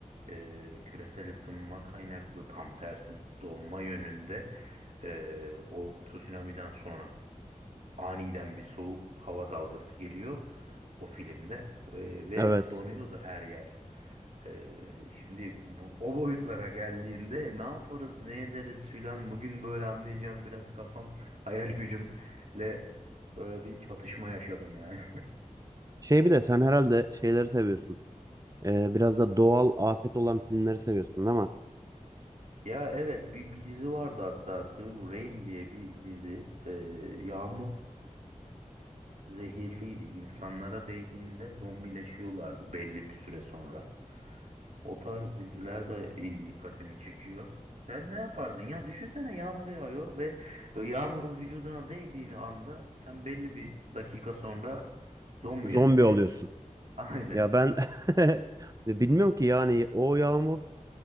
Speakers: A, on the right; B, on the right.
A: eee, küresel ısınma kaynaklı tam tersi donma yönünde eee, o tsunami'den sonra Aniden bir soğuk hava dalgası geliyor o filmde Ee, ve
B: Evet.
A: donuyordu her yer. Ee, şimdi bu, o boyutlara geldiğinde ne yaparız, ne ederiz filan bugün böyle anlayacağım biraz kafam, hayal gücümle böyle bir çatışma yaşadım yani.
B: Şey bir de sen herhalde şeyleri seviyorsun. Ee, biraz da doğal afet olan filmleri seviyorsun değil mi?
A: Ya evet bir, bir dizi vardı hatta The Rain diye bir dizi. Ee, yağmur e, zehirliydi. İnsanlara değdiğinde zombileşiyorlardı belli bir süre sonra. O tarz diziler de iyi dikkatimi çekiyor. Sen ne yapardın ya? Düşünsene yağmur yağıyor ve yağmurun vücuduna değdiğini anda sen belli bir dakika sonra zombiye
B: Zombi
A: dönüşüyorsun.
B: oluyorsun.
A: <laughs> Aynen.
B: Ya ben <laughs> bilmiyorum ki yani o yağmur